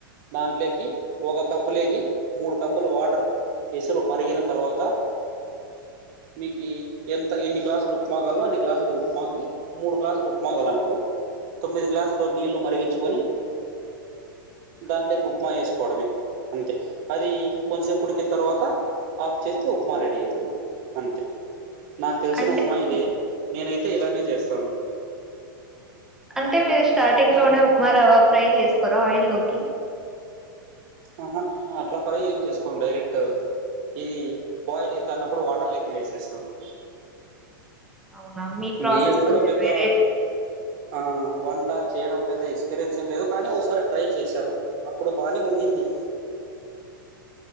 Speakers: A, on the right; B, in the centre.
A: దాంట్లకి ఒక కప్పు లేకి మూడు కప్పులు వాటర్ ఎసరు మరిగిన తరువాత మీకీ ఎంత ఎన్ని గ్లాసులు ఉప్మా గావల్లో అన్ని గ్లాసులు ఉప్మాకి మూడు గ్లాసులు ఉప్మాగాలనుకో తొమ్మిది గ్లాసుల నీళ్లు మరిగించుకొని
B: <inaudible>
A: దాంట్లోకి ఉప్మా ఏసుకోవడమే అంతె అదీ కొన్ సేప్ ఉడికిన్ తర్వాత ఆఫ్ చేస్తె ఉప్మా రెడీ అయితుంది అంతె నాకు తెలిసిన
B: అంటే
A: ఉప్మా ఇదే నేనైతే ఇలానే చేస్తాను.
B: అంటె మీరు స్టార్టింగ్ లోనే ఉప్మా రవ ఫ్రై చేసుకొరా ఆయిల్ లోకి
A: అహ అట్లా ఫ్రై ఏం చేసుకోం డైరెక్ట్ ఇదీ బోయిల్ అయితన్నప్పుడు వాటర్ లకి వేసేస్తాను
B: అవునా మీ ప్రోసెస్
A: నేను
B: కొంచెం
A: కూడా పెద్ద
B: వేరే
A: ఆ వంటా చేయడం పెద్ద ఎక్స్పీరియన్స్ ఏం లేదు కానీ ఓసారి ట్రై చేశాను అప్పుడు బానే ఉండింది